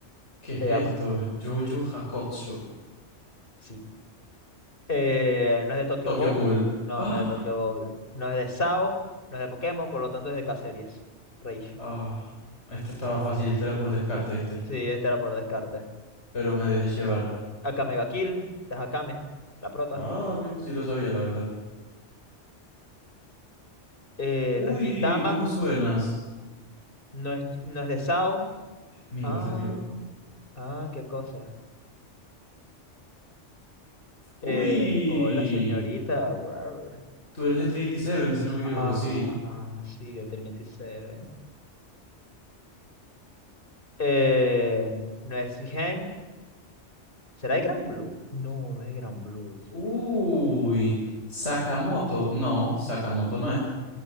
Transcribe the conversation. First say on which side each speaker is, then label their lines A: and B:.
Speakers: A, on the left; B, on the left.
A: ¿Qué es
B: Se
A: esto?
B: llama.
A: Jojo Hakotsu.
B: Sí. Eh, no es de Tokyo
A: Tokyo
B: Ghoul.
A: Ghoul.
B: No,
A: Ah,
B: no es de Tokyo Ghoul. No es de SAO. No es de Pokémon, por lo tanto es de Caceres. Reishi.
A: ah. Esto estaba fácil, esto era por descarte, ¿viste?
B: Sí, este era por descarte.
A: Pero me dejé llevar.
B: Akame ga Kill, de Hakame, la prota.
A: Ah, ve, sí lo sabía, la verdad.
B: Eh,
A: Uy,
B: no es Gintama.
A: tú me suenas.
B: No es, no es de SAO.
A: Miwa,
B: Ah,
A: este es Miwa.
B: ah, qué cosa.
A: Uy.
B: Eh, hola, señorita. Rar.
A: Tú eres de Trinity Seven, si no me equivoco,
B: Ah,
A: sí.
B: sí, de Trinity Seven. Eh, no es Gen. ¿Será de Gran Blue? No, no es Gran Blue.
A: Uy, Sakamoto. No, Sakamoto no es.